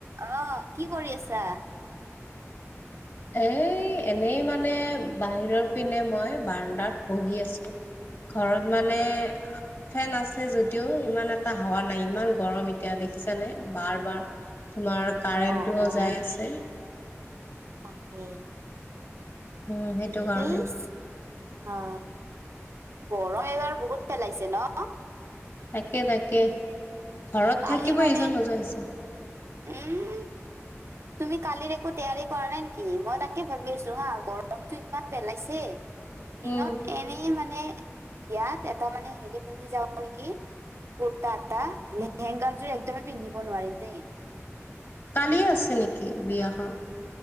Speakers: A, on the right; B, on the left.
A: অহ কি কৰি আছা
B: এ এনেই মানে বাহিৰৰ পিনে মই বাৰ্ডাত বহি আছো ঘৰত মানে ফেন আছে যদিও ইমান এটা হাৱা নাই ইমান গৰম এতিয়া দেখিছানে বাৰ বাৰ তোমাৰ কাৰেণ্টোও
A: অ', অ',
B: যাই আছে
A: তাকে
B: উম সেইটো কাৰণে
A: এইচ অ গৰম এবাৰ বহুত পেলাইছে ন
B: তাকে তাকে ঘৰত
A: কালি
B: থাকিবই
A: মানে
B: ইচ্ছা নোজোৱা হৈছে
A: উম তুমি কালিৰ একো তেয়াৰি কৰা নাই নেকি মই তাকে ভাবি আছো হা গৰমটো ইমান পেলাইছে দিনত
B: উম
A: এনেই মানে বিয়াত এটা মানে হেৰি পিন্ধি যাওঁ নেকি। কুৰ্তা এটা, লেহেংগাৰযোৰ একদমেই পিন্ধিব নোৱাৰিম দেই।
B: কালি আছে নেকি বিয়াখন?